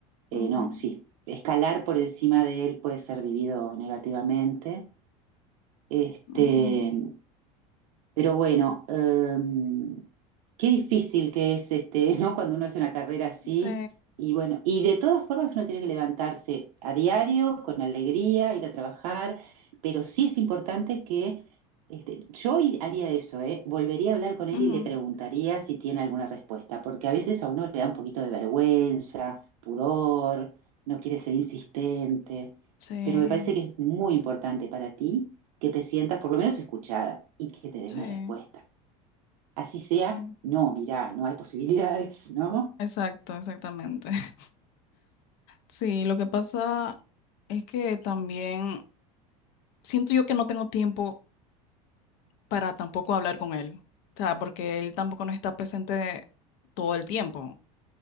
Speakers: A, on the right; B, on the left.
A: eh,
B: ujú,
A: no, sí, escalar por encima de él puede ser vivido negativamente. Este,
B: ujú,
A: pero bueno, em, qué difícil que es este, <laughs> ¿no? Cuando uno hace una carrera así.
B: Sí,
A: Y bueno, y de todas formas uno tiene que levantarse a diario, con alegría, ir a trabajar, pero sí es importante que este, yo i- haría eso, ¿eh? Volvería a hablar con él
B: ujú,
A: y le preguntaría si tiene alguna respuesta, porque a veces a uno le da un poquito de vergüenza, pudor, no quiere ser insistente,
B: sí,
A: pero me parece que es muy importante para ti que te sientas por lo menos escuchada y que te dé
B: sí,
A: una respuesta. Así sea,
B: sí.
A: no, mirá, no hay posibilidades, ¿no?
B: Exacto, exactamente. <laughs> Sí, lo que pasa es que también siento yo que no tengo tiempo para tampoco hablar con él. O sea, porque él tampoco no está presente todo el tiempo.